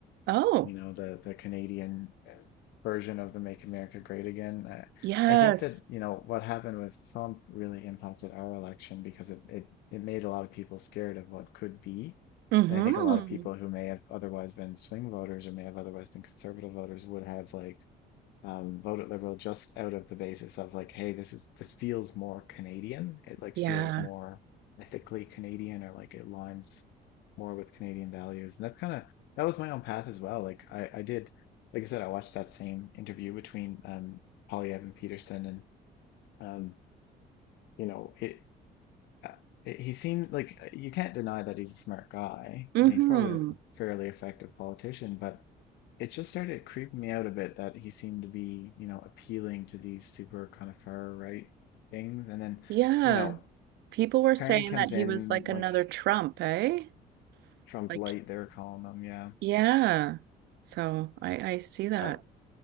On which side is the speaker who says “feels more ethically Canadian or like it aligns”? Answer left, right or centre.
Left